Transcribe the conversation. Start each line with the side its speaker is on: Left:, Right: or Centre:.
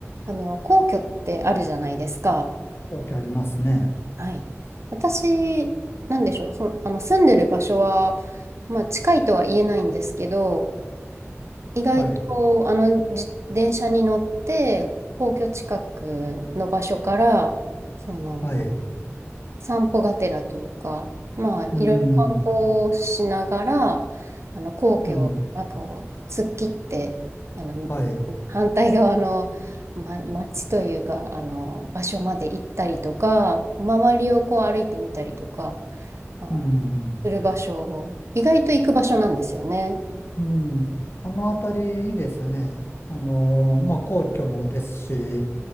Right: あの、皇居ってあるじゃないですか。
Left: わけありますね。
Right: はい。私、なんでしょう。その、あの、住んでる場所は、まあ、近いとは言えないんですけど、意外と、
Left: はい。
Right: あの、自電車に乗って、皇居近くの場所から、その、
Left: はい。
Right: 散歩がてらというか、まあ、いろいろ観光をしながら、
Left: うん。
Right: あの、皇居を、
Left: うん。
Right: なんかを突っ切って、あの、
Left: はい。
Right: 反対側の、ま、町というか、あの、場所まで行ったりとか、周りをこう歩いてみたりとか、あ、
Left: うん。
Right: する場所を、意外と行く場所なんですよね。
Left: うん。あのあたりいいですよね。あのーまあ、皇居もですし、